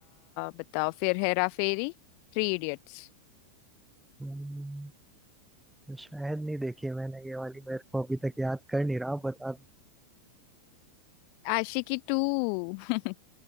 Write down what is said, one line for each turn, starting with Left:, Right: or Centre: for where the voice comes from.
Left: बताओ फिर हेरा फेरी थ्री इडियट्स
Centre: हम्म, शायद नहीं देखी है मैंने ये वाली मेरे को अभी तक याद कर नहीं रहा आप बता दो
Left: आशिकी टू <laughs>